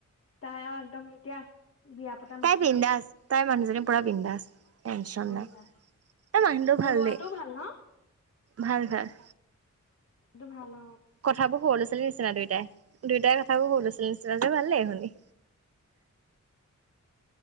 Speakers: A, on the left; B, on the right.
A: তাই আৰু একদম এতিয়া বিয়া পতা
B: তাই
A: মানুহ
B: বিন্দাছ, তাই মানুহজনী পুৰা বিন্দাছ। টেনশন
A: বিন্দাছ
B: নাই, তাই মানুহটো ভাল
A: লৰাটো
B: দেই,
A: ভাল ন
B: ভাল ভাল।
A: টো ভাল অ।
B: কথাবোৰ সৰু-ল'ৰাৱালীৰ নিচিনা দুইটাই, দুয়োটাই কথাবোৰ সৰু ল'ৰা-ছোৱালী নিচিনা যে ভাল লাগে শুনি।